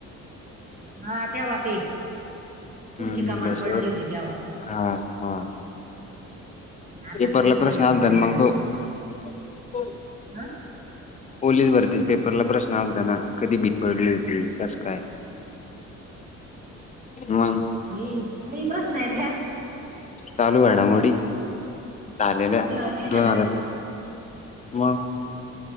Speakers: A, on the right; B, on the left.
A: हा तेव्हा ते पुढची
B: हम्म
A: कमान
B: दश
A: पडली होती तेव्हा
B: हा हा.
A: आता
B: पेपरला
A: ते कुठं
B: प्रश्न
A: लगे
B: आलता
A: घडी घडी
B: मग तो
A: हं?
B: ओलेज भरती पेपरला प्रश्न असता ना कधी भीत पडली होती तस काय? मग
A: होई काही प्रश्न आहे त्या
B: चालू घडामोडी लेल्या
A: तू ग- लिहिलं
B: दोनज
A: का
B: वा.